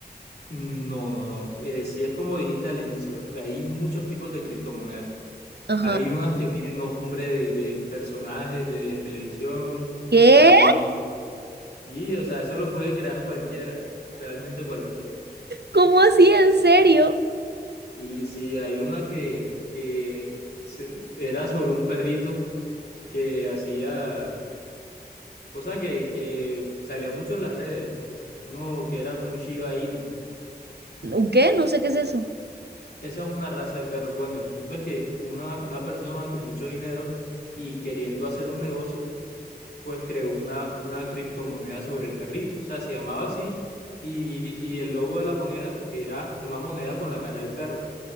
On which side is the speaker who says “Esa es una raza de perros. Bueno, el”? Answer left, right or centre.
Left